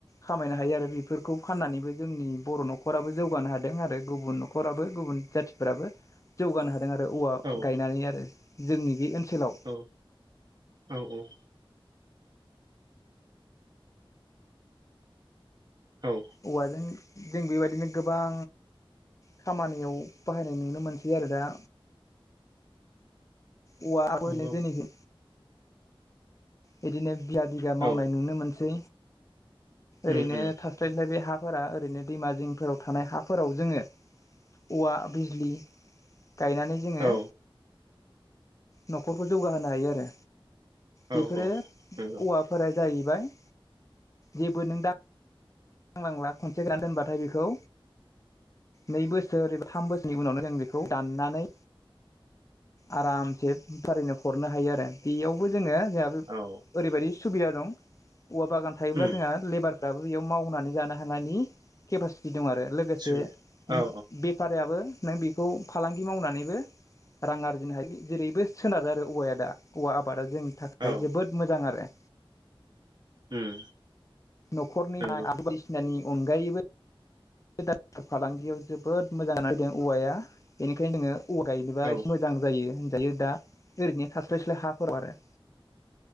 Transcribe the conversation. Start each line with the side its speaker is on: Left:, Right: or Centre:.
Left: खामायनो हायो आरो बेफोरखौ फाननानैबो जोंनि बर' न'खराबो जौगानो हादों आरो गुबुन न'खराबो गुबुन जाथि। फोराबो जौगानो हादों आरो औवा
Right: औ
Left: गायनानै आरो जोंनि बे ओनसोलाव।
Right: औ औ औ। औ।
Left: औवाजों जों बेबायदिनो गोबां। खामानियाव बाहायनाय नुनो मोनसै आरो दा। औवाफोरनो
Right: नंगौ
Left: जोंनिखै बिदिनो। बिगा बिघा मावनाय
Right: औ
Left: नुनो मोनसै
Right: उम
Left: ओरैनो
Right: उम
Left: थास। स्लाय स्लाय बे हाफोरा ओरैनो दैमा जिंफोराव थानाय हाफोराव जोङो औवा बिजलि गायनानै जोङो
Right: औ
Left: न'खरखौ जौगाहोनो हायो आरो
Right: औ
Left: बेफोरो
Right: औ
Left: औवा
Right: नंगौ
Left: फोरा जाहैबाय जेबो नों दा नांलांला खनसे गायना दोनबाथाय बेखौ नै बोसोर एबा थाम बोसोरनि उनावनो जों बेखौ दाननानै आरामसे बेफारिनो हरनो हायो आरो बेयावबो जोङो जाहा
Right: औ
Left: ओरैबायदि सुबिदा दं औवा बागान थायोब्ला
Right: उम
Left: जोंहा लेबारफ्राबो बेयाव मावनानै जानो हानायनि केपासिटि दं आरो लोगोसे
Right: सुबि
Left: नों
Right: औ
Left: बेफारियाबो नों बेखौ फालांगि मावनानैबो रां आरजिनो हायो जेरैबो सोनारो आरो औवाया दा औवा आबादा जों थाखाय
Right: औ
Left: जोबोद मोजां आरो
Right: उम
Left: न'खरनि
Right: नंगौ
Left: ना <unintelligible> बायदिसिनानि अनगायैबो <inaudible> फालांगियाव जोबोद मोजां फैदों औवाया बेनिखायनो नोङो औवा गायनोबा
Right: औ
Left: एसे मोजां जायो होनजायो दा ओरैनो थास्लाय स्लाय हाफोराव आरो